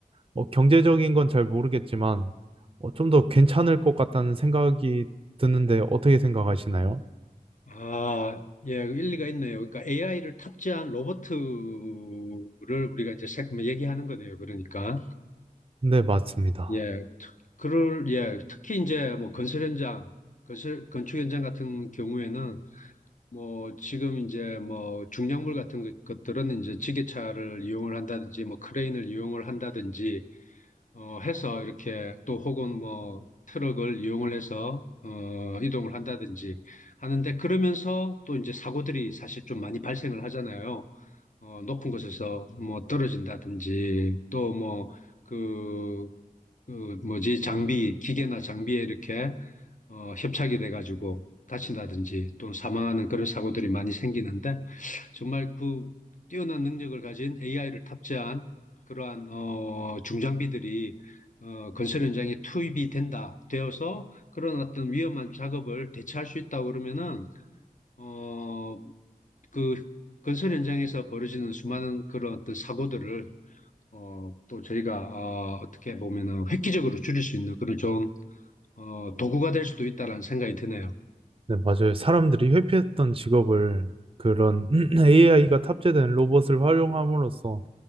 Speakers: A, on the right (about 35°); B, on the left (about 55°).
A: 어, 경제적인 건 잘 모르겠지만 어, 좀더 괜찮을 것 같다는 생각이 드는데 어떻게 생각하시나요?
B: 아, 예, 그 일리가 있네요. 그러니까 AI를 탑재한 로버트를 우리가 이제 생- 뭐 얘기하는 거네요. 그러니까
A: 네, 맞습니다.
B: 예, 특- 그럴 예, 특히 이제 뭐 건설 현장, 건설 건축 현장 같은 경우에는 뭐 지금 이제 뭐 중량물 같은 것- 것들은 이제 지게차를 이용을 한다든지 뭐 크레인을 이용을 한다든지 어, 해서 이렇게 또 혹은 뭐 트럭을 이용을 해서 어, 이동을 한다든지 하는데 그러면서 또 이제 사고들이 사실 좀 많이 발생을 하잖아요. 어, 높은 곳에서 뭐 떨어진다든지 또 뭐 그, 그 뭐지 장비 기계나 장비에 이렇게 어, 협착이 돼가지고 다친다든지 또 사망하는 그런 사고들이 많이 생기는데 정말 그 뛰어난 능력을 가진 AI를 탑재한 그러한 어, 중장비들이 어, 건설 현장에 투입이 된다 되어서 그런 어떤 위험한 작업을 대체할 수 있다고 그러면은 어, 그 건설 현장에서 벌어지는 수많은 그런 어떤 사고들을 어, 또 저희가 어, 어떻게 보면은 획기적으로 줄일 수 있는 그런 좋은 어, 도구가 될 수도 있다라는 생각이 드네요.
A: 네, 맞아요. 사람들이 회피했던 직업을 그런 <clears throat> AI가 탑재된 로봇을 활용함으로써